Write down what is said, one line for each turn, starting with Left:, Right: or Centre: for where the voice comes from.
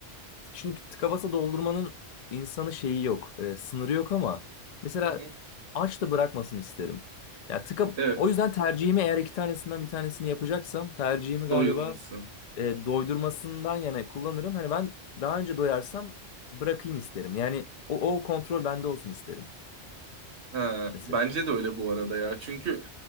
Left: Şimdi tıka basa doldurmanın insanı şeyi yok. e, sınırı yok ama mesela
Right: Hı hı.
Left: aç da bırakmasın isterim. Ya tıka
Right: Evet,
Left: o yüzden tercihimi eğer iki tanesinden bir tanesini yapacaksam tercihimi galiba
Right: doyulmasın.
Left: e, doydurmasından yana kullanırım. Hani ben daha önce doyarsam bırakayım isterim. Yani o, o kontrol bende olsun isterim.
Right: Ha,
Left: Mesela.
Right: bence de öyle bu arada ya. Çünkü